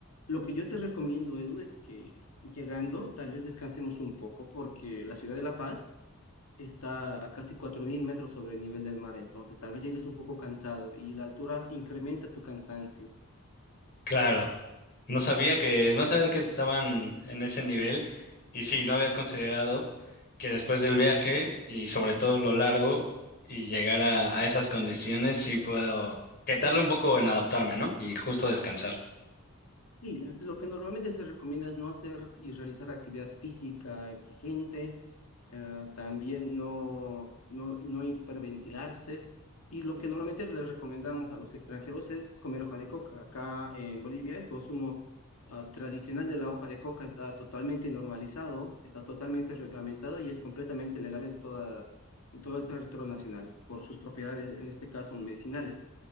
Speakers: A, on the left (about 85°); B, on the left (about 45°).
A: lo que yo te recomiendo, Edu, es que llegando, tal vez descansemos un poco, porque la ciudad de La Paz está a casi 4.000 metros sobre el nivel del mar, entonces tal vez llegues un poco cansado y la altura incrementa tu cansancio.
B: claro. No sabía que, no sabía que estaban en ese nivel y sí, no había considerado que después del viaje y sobre todo lo largo y llegar a, a esas condiciones sí puedo quitarle un poco en adaptarme, ¿no? Y justo descansar.
A: Sí, l- lo que normalmente se recomienda es no hacer y realizar actividad física exigente, eh, también no, no, no hiperventilarse. Y lo que normalmente les recomendamos a los extranjeros es comer hoja de coca. Acá en Bolivia el consumo, ah, tradicional de la hoja de coca está totalmente normalizado, está totalmente reglamentado y es completamente legal en toda, en todo el territorio nacional por sus propiedades, en este caso medicinales.